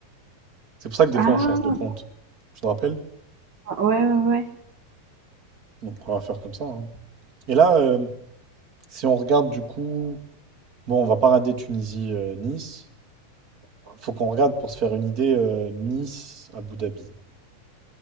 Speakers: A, on the right; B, on the right.
A: C'est pour ça que des
B: Ah
A: fois, on change de compte. Tu te rappelles?
B: ouais ouais ouais.
A: Donc, on va faire comme ça. hein. Et là, euh, si on regarde du coup. Bon, on va pas rater Tunisie-Nice. Faut qu'on regarde pour se faire une idée euh, Nice-Abu Dhabi.